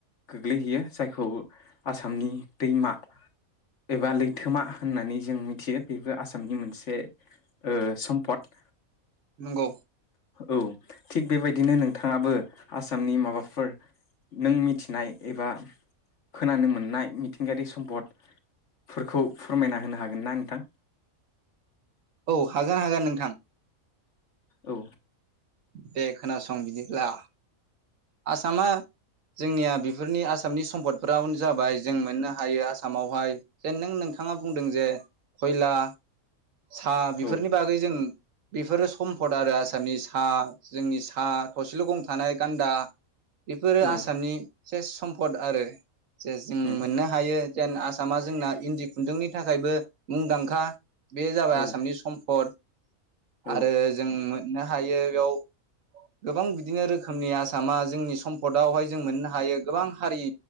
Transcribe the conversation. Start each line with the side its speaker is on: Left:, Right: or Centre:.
Left: गोग्लैहैयो जायखौ आसामनि दैमा एबा लैथोमा होननानै जों मिथियो बेबो आसामनि मोनसे सम्पद
Right: नंगौ
Left: औ थिग बेबायदिनो नोंथाङाबो आसामनि माबाफोर नों मिथिनाय एबा खोनानो मोननाय मिथिंगायारि सम्पदफोरखौ फोरमायना होनो हागोन ना नोंथां
Right: औ हागोन हागोन नोंथां
Left: औ
Right: दे खोनासं बिदिब्ला आसामा जोंनिया बेफोरनि आसामनि सम्पदफोरावनो जाबाय जों मोननो हायो आसामावहाय जेन नों नोंथाङा बुंदों जे खयला साहा बेफोरनि
Left: औ
Right: बागै जों बेफोरो सम्पद आरो आसामनि सा जोंनि सा थसेल' गं थानाय गान्दा बेफोरो
Left: औ
Right: आसामनि सेस सम फद आरो जे जों
Left: उम
Right: मोननो हायो जेन आसामा जोंना इन्दि खुन्दुंनि थाखायबो मुंदांखा बे जाबाय
Left: औ
Right: आसामनि सम्फद
Left: औ
Right: आरो जों मोननो बेयाव गोबां बिदिनो रोखोमनि आस मा जोंनि सम्पदआवहाय जों मोननो हायो गोबां हारि